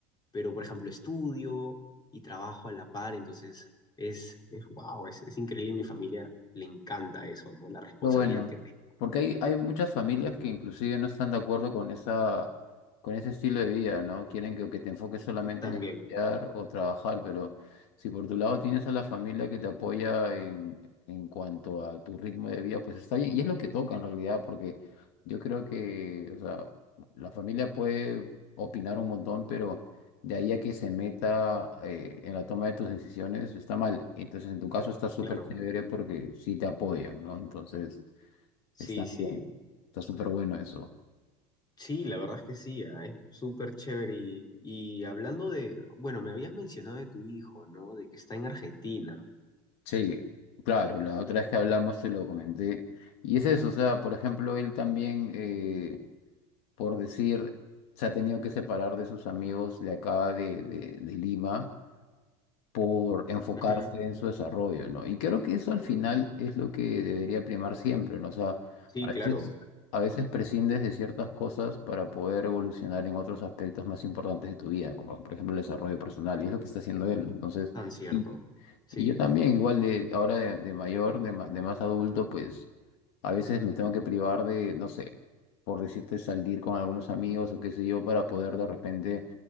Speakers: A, on the left; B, on the left.
A: pero por ejemplo estudio y trabajo a la par, entonces es, es wow, es, es increíble. Mi familia le encanta eso, ¿no? La responsabilidad
B: Lo bueno,
A: que te
B: porque hay, hay muchas familias que inclusive no están de acuerdo con esa, con ese estilo de vida, ¿no? Quieren que, que te enfoques solamente
A: también,
B: en estudiar o trabajar, pero si por tu lado tienes a la familia que te apoya en, en cuanto a tu ritmo de vida, pues está bien. Y es lo que toca en realidad, porque yo creo que, o sea, la familia puede opinar un montón, pero de ahí a que se meta eh, en la toma de tus decisiones, está mal. Entonces, en tu caso está súper
A: claro.
B: chévere porque sí te apoyan, ¿no? Entonces,
A: Sí,
B: está
A: sí.
B: bien, está súper bueno eso.
A: Sí, la verdad es que sí, ah, Es súper chévere. Y, y hablando de, bueno, me habías mencionado de tu hijo, ¿no? De que está en Argentina.
B: Sí, claro, la otra vez que hablamos te lo comenté. Y es eso, o sea, por ejemplo, él también, eh, por decir, se ha tenido que separar de sus amigos de acá, de, de de Lima por enfocarse
A: Ujú.
B: en su desarrollo, ¿no? Y creo que eso al final es lo que debería primar siempre, ¿no? O sea,
A: Sí,
B: a
A: claro,
B: veces, a veces prescindes de ciertas cosas para poder evolucionar en otros aspectos más importantes de tu vida, como por ejemplo el desarrollo personal, y es lo que está haciendo él. ¿no? Entonces,
A: tan cierto.
B: y,
A: Sí.
B: y yo también, igual de ahora de, de mayor, de, ma- de más adulto, pues a veces me tengo que privar de, no sé, por decirte, salir con algunos amigos o qué sé yo, para poder de repente